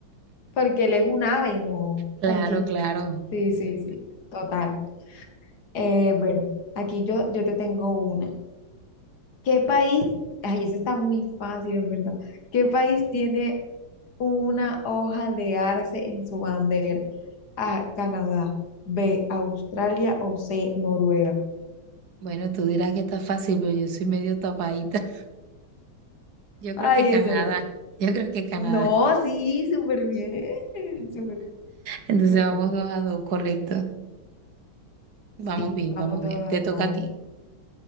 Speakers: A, on the left; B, on the right.
A: porque él es un ave, no.
B: Claro,
A: Aunque más?
B: claro.
A: Sí, sí, sí. Total. Eh, bueno, aquí yo, yo te tengo una. ¿Qué país? Ay, eso está muy fácil, en verdad. ¿Qué país tiene una hoja de arce en su bandera. A, Canadá. B, Australia o C, Noruega.
B: Bueno, tú dirás que está fácil, pero yo soy medio tapadita. Yo
A: Ay,
B: creo que Canadá.
A: en serio.
B: Yo creo que Canadá.
A: No, sí, súper bien. Súper, bien,
B: Entonces
A: súper.
B: vamos dos a dos, correcto. Vamos
A: Sí,
B: bien,
A: vamos
B: vamos
A: dos
B: bien.
A: a
B: Te
A: dos,
B: toca
A: vamos.
B: a ti.
A: bien.